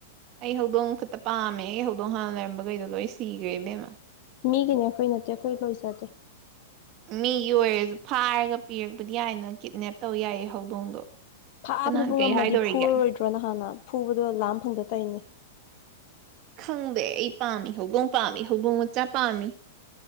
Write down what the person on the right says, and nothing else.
ꯑꯩ ꯍꯧꯗꯣꯡ ꯈꯨꯛꯇ ꯄꯥꯝꯃꯦ ꯑꯩ ꯍꯧꯗꯣꯡ ꯍꯥꯟꯅ ꯂꯩꯔꯝꯕꯈꯩꯗꯣ ꯂꯣꯏ ꯁꯤꯈ꯭ꯔꯦ ꯏꯕꯦꯝꯃ
ꯃꯤꯒꯤ ꯑꯣꯏꯔꯁꯨ ꯐꯥꯔꯒ ꯄꯤꯔꯛꯄꯗꯤ ꯌꯥꯏꯅ ꯀꯤꯠꯅꯦꯞ ꯇꯧ ꯌꯥꯏꯌꯦ ꯍꯧꯗꯣꯡꯗꯣ
ꯀꯅꯥꯟ ꯀꯩ
ꯍꯥꯏꯗꯣꯔꯤꯒꯦ
ꯈꯪꯗꯦ ꯑꯩ ꯄꯥꯝꯃꯤ ꯍꯧꯗꯣꯡ ꯄꯥꯝꯃꯤ ꯍꯧꯗꯣꯡ ꯃꯆꯥ ꯄꯥꯝꯃꯤ